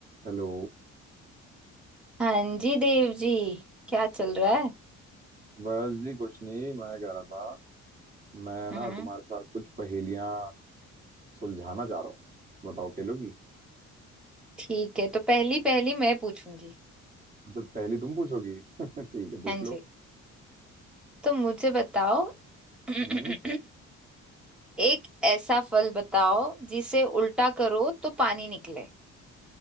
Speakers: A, on the right; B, in the centre.
A: Hello
B: हाँ जी देव जी क्या चल रहा है
A: बस जी कुछ नहीं मैं कह रहा था मैं ना
B: हम्म
A: तुम्हारे साथ कुछ पहेलियां सुलझाना चाह रहा हूँ बताओ खेलोगी
B: ठीक है तो पहली पहली मैं पूछूंगी
A: अच्छा पहली तुम पूछोगी <laughs> ठीक है पूछ
B: हाँ
A: लो
B: जी तो मुझे बताओ <clears throat>
A: हम्म
B: एक ऐसा फल बताओ जिसे उल्टा करो तो पानी निकले